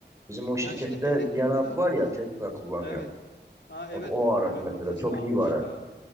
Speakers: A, on the right; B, on the left.
A: Bizim o şirkette
B: Ya şimdi elektrikli
A: Cihan abi
B: arabalar.
A: var ya Tesla kullanıyor.
B: Evet. Ha evet
A: Bak o
B: o
A: araç
B: evet
A: mesela
B: o Tesla
A: çok
B: almış
A: iyi bir araç.
B: ya.